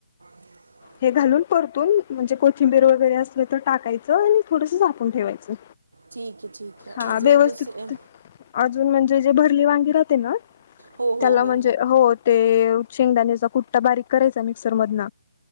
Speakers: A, on the right; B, on the left.
A: <inaudible>
B: हे घालून परतून म्हणजे कोथिंबीर वगैरे असली तर टाकायचं आणि थोडस झापून ठेवायचं.
A: ठीकये ठीकये
B: हा
A: अजून
B: व्यवस्थित
A: दुस अ
B: अजून म्हणजे जे भरली वांगी राते ना
A: हो हो
B: त्याला
A: हो
B: म्हणजे हो ते शेंगदाण्याचा कुट्टा बारीक करायचा मिक्सरमधन